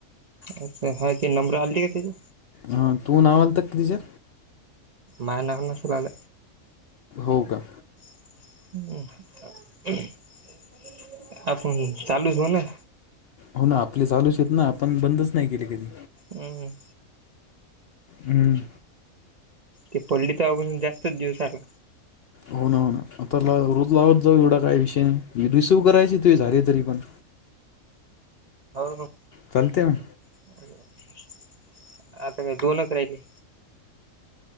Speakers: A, on the right (about 55°); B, on the left (about 65°).
A: अच्छा, हा ते नंबर आलेली का त्याची.
B: हा, तू नाव आलत का तिच्यात.
A: माय नाव नसल आल.
B: हो का.
A: हम्. आपण चालूच होना.
B: हो ना आपले चालूचेत ना, आपण बंदच नाही केले कधी.
A: हं हं.
B: हम्म.
A: ते पडली तव्हा पासून जास्तच जेास आला.
B: हो ना, हो ना आता रोज लावत तो, एवढा काय विषय नाही, रिसिव्ह करायची तुझे झाले तरी पण
A: हो, हो.
B: चालते ना.
A: <inaudible> आता काय दोनच राहिले.